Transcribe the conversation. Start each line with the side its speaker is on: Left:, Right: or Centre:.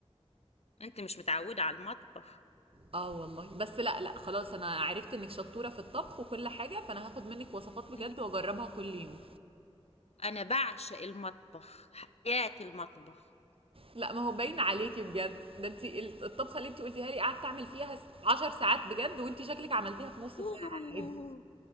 Left: انت مش متعودة على المطبخ
Right: اه والله بس لا لا خلاص انا عرفت انك شطورة في الطبخ وكل حاجة فانا هاخد منك وصفات بجد
Left: لا
Right: واجربها كل يوم
Left: انا بعشق المطبخ حياتي المطبخ
Right: لا ما هو باين عليكي بجد ده انت الطبخة اللي انت قلتيها لي قعدت اعمل فيها 10 ساعات بجد وانت شكلك عملتيها في نص ساعة
Left: أوه.
Right: عادي